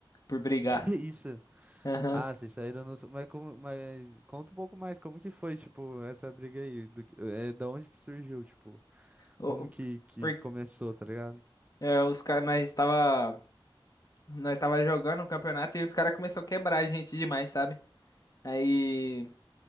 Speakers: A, on the left (about 40°); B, on the right (about 15°).
A: por brigar.
B: Que isso?
A: Aham.
B: Ah, vocês saíram no... Mas, como, mas conta um pouco mais, como que foi, tipo, essa briga aí? Do, que- é, da onde que surgiu, tipo,
A: O-
B: como que, que
A: por-
B: começou, tá ligado?
A: é, os caras, nós estava, nós estava jogando o campeonato e os caras começaram a quebrar a gente demais, sabe? Aí